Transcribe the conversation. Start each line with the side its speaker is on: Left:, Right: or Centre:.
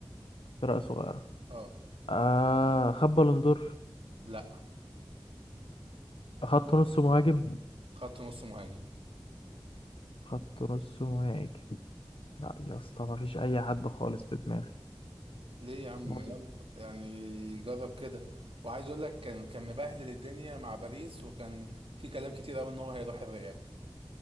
Left: فرقه صغيره
Right: اه
Left: آه خد بالون دور
Right: لا
Left: خط نص مهاجم
Right: خط نص مهاجم
Left: خط نص مهاجم لا يا اسطى ما فيش اي حد خالص في دماغي
Right: ليه يا عم
Left: مم.
Right: يلا يعني جرب كده وعايز اقول لك كان كان مبهدل الدنيا مع باريس وكان في كلام كتير قوي ان هو هيروح الريال